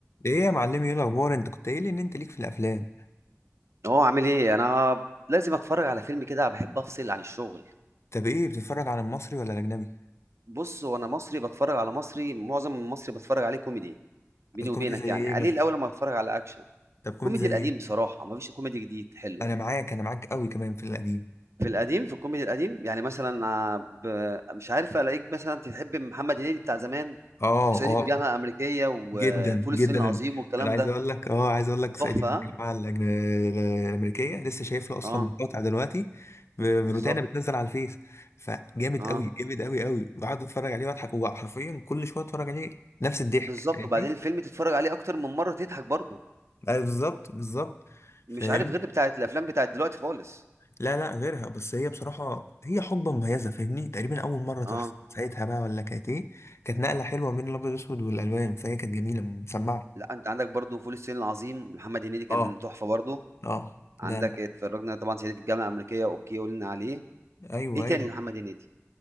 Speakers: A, on the left (about 60°); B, on the right (about 60°).
A: ايه يا معلمي ايه الاخبار انت كنت قايل لي ان انت ليك في الافلام
B: هو عامل ايه انا لازم اتفرج على فيلم كده بحب افصل عن الشغل
A: طب ايه بتتفرج على المصري ولا الاجنبي
B: بص وانا مصري بتفرج على مصري معظم المصري بتفرج عليه كوميدي بيني
A: الكوميدي
B: وبينك
A: زي ايه
B: يعني قليل
A: مثلا
B: اول ما بتفرج على اكشن
A: طب كوميدي
B: كوميدي
A: زي
B: القديم
A: ايه
B: بصراحه ما فيش كوميدي جديد حلو
A: انا معاك انا معاك قوي كمان في القديم
B: في القديم في الكوميدي القديم يعني مثلا آه، ب... مش عارف الاقيك مثلا تحب محمد هنيدي بتاع زمان
A: اه
B: صعيدي
A: اه
B: في الجامعه الامريكيه وفول
A: جدا جدا
B: الصين العظيم والكلام
A: انا عايز
B: ده
A: اقول لك اه عايز اقول لك صعيدي
B: تحفه
A: في الجامعه
B: ها؟
A: الأجن- الامريكيه لسه شايف له اصلا
B: اه
A: مقاطع دلوقتي ب-
B: بالظبط
A: روتانا بتنزل على الفيس فجامد
B: اه
A: قوي جامد قوي قوي بقعد اتفرج عليه واضحك هو حرفيا كل شويه اتفرج عليه نفس الضحك
B: بالظبط
A: فاهمني
B: وبعدين الفيلم تتفرج عليه اكتر من مره تضحك برضه
A: أيوة بالظبط بالظبط
B: مش
A: فاهمني
B: عارف غير بتاعت الافلام بتاعت دلوقتي خالص
A: لا لا غيرها بس هي بصراحة هي حقبة مميزة فاهمني تقريبا أول مرة تحصل
B: اه
A: ساعتها بقى ولا كانت إيه كانت نقلة حلوة بين الأبيض والأسود والألوان فهي كانت جميلة مسمعة
B: لا انت عندك برضو فول الصين العظيم محمد هنيدي كان
A: اه
B: تحفه برضو
A: اه
B: عندك
A: لا لا
B: اتفرجنا طبعا صعيدي في الجامعه الامريكيه اوكي قلنا عليه
A: أيوه
B: ايه تاني
A: أيوه
B: لمحمد هنيدي